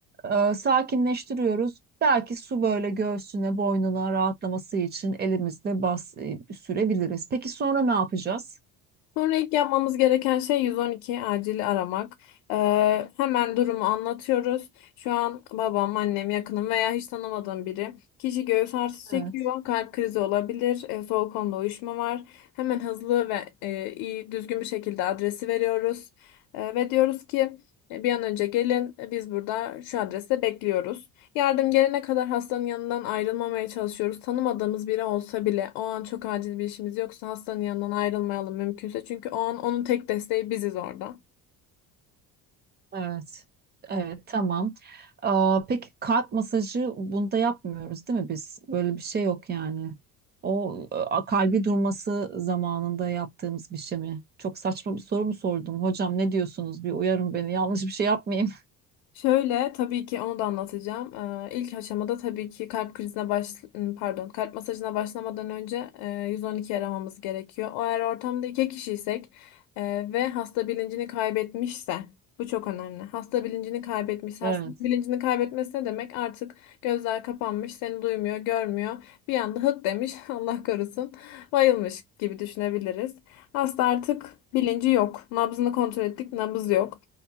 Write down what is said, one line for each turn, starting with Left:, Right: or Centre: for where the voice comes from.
Right: Ee, sakinleştiriyoruz. Belki su böyle göğsüne, boynuna rahatlaması için elimizle bas e, sürebiliriz. Peki sonra ne yapacağız?
Left: Sonra ilk yapmamız gereken şey 112 acil aramak. Ee, hemen durumu anlatıyoruz. Şu an babam, annem, yakınım veya hiç tanımadığım biri. Kişi göğüs ağrısı çekiyor,
Right: Evet,
Left: kalp krizi olabilir, e, soğuk onda uyuşma var. Hemen hızlı ve e, iyi düzgün bir şekilde adresi veriyoruz. E, ve diyoruz ki e, bir an önce gelin, e, biz burada şu adreste bekliyoruz. Yardım gelene kadar hastanın yanından ayrılmamaya çalışıyoruz. Tanımadığımız biri olsa bile o an çok acil bir işimiz yoksa hastanın yanından ayrılmayalım mümkünse. Çünkü o an onun tek desteği biziz orada.
Right: evet. Evet, tamam. Ee, peki kalp masajı bunda yapmıyoruz değil mi biz? Böyle bir şey yok yani. O e, kalbi durması zamanında yaptığımız bir şey mi? Çok saçma bir soru mu sordum? Hocam ne diyorsunuz? Bir uyarın beni. Yanlış bir şey yapmayayım.
Left: Şöyle tabii ki onu da anlatacağım. Ee, ilk aşamada tabii ki kalp krizine baş ım, pardon kalp masajına başlamadan önce e, 112 aramamız gerekiyor. O eğer ortamda iki kişiysek e, ve hasta bilincini kaybetmişse bu çok önemli. Hasta bilincini kaybetmişse
Right: <laughs>
Left: hasta bilincini kaybetmesi ne demek? Artık gözler kapanmış, seni duymuyor, görmüyor. Bir anda hık demiş <laughs> Allah korusun bayılmış gibi düşünebiliriz. Hasta artık bilinci yok. Nabzını kontrol ettik, nabız yok.